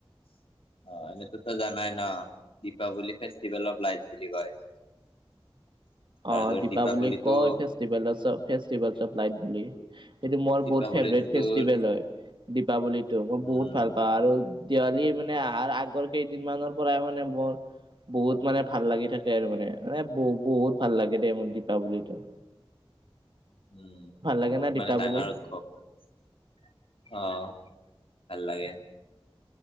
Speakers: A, on the left (about 75°); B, on the right (about 55°).
A: অ' এনেতো তই জানাই ন দীপাৱলী ফেষ্টিভেল অ লাইভ বুলি কয়। <unintelligible> আৰু
B: অ'
A: তোৰ
B: দীপাৱলী
A: দীপাৱলীটো
B: কয় ফেেলে ল <unintelligible> বুলি এইটো মোৰ
A: দীপাৱলীটো
B: বহুত ফেভৰেট
A: তোৰ
B: ফেষ্টিভেল হয়। দীপাৱলীতো মই
A: উম
B: বহুত ভাল পাওঁ। আৰু দিৱালী মানে আহাৰ আগৰ- কেইদিনমানৰ পৰাই মানে মোৰ বহুত মানে ভাল লাগি থাকে আৰু। মানে মানে ব বহুত- ভাল লাগে দে মোৰ দীপাৱলটো।
A: উম'
B: লাগে
A: বহুত
B: না দীপাৱলী
A: মানে ডাঙৰ উৎসৱ। অ' ভাল লাগে।